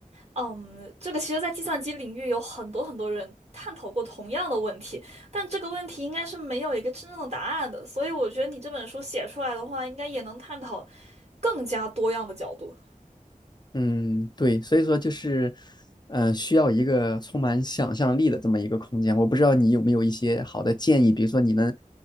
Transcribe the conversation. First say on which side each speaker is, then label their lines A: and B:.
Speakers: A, on the right (about 50°); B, on the left (about 30°).
A: 嗯，这个其实在计算机领域有很多很多人探讨过同样的问题，但这个问题应该是没有一个真正的答案的，所以我觉得你这本书写出来的话，应该也能探讨更加多样的角度。
B: 嗯，对，所以说就是，嗯，需要一个充满想象力的这么一个空间。我不知道你有没有一些好的建议，比如说你能，